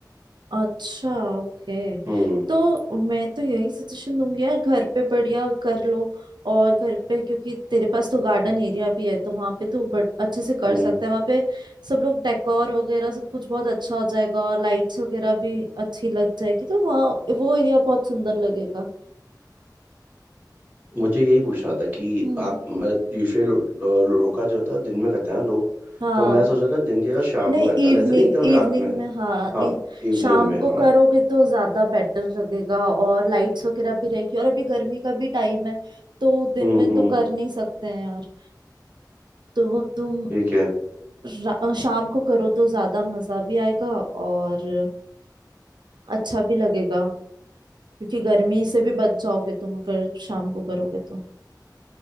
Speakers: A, on the right (about 85°); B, on the right (about 25°).
A: अच्छा ओके
B: हम्म
A: तो मैं तो यही सजेशन दूंगी यार घर पे बढ़िया कर लो और घर पे क्योंकि तेरे पास तो गार्डन एरिया भी है तो वहाँ पे तू बट अच्छे से कर
B: हम्म
A: सकता है वहाँ पे सब लोग डेकोर वगैरह सब कुछ बहुत अच्छा हो जाएगा और लाइट्स वगैरह भी अच्छी लग जाएगी तो वहाँ वो एरिया बहुत सुंदर लगेगा
B: मुझे यही पूछना था कि
A: हम्म
B: आप मतलब यूजुअली लो, लो, रोका जो होता है दिन में करते हैं ना लोग
A: हाँ
B: तो मैं सोच रहा था दिन के या शाम
A: नहीं
B: को करता हूँ,
A: इवनिंग
B: ऐसा नहीं एकदम रात
A: इवनिंग
B: में
A: में हाँ
B: हाँ
A: इ,
B: इवनिंग
A: शाम
B: में
A: को
B: हाँ
A: करोगे तो ज्यादा बेटर लगेगा और लाइट्स वगैरह भी रहेगी और अभी गर्मी का भी टाइम है तो दिन
B: हम्म
A: में
B: हम्म
A: तो कर नहीं सकते हैं यार तो तुम
B: ठीक है
A: रा- शाम को करो तो ज्यादा मजा भी आएगा और अच्छा भी लगेगा क्योंकि गर्मी से भी बच जाओगे तुम अगर शाम को करोगे तो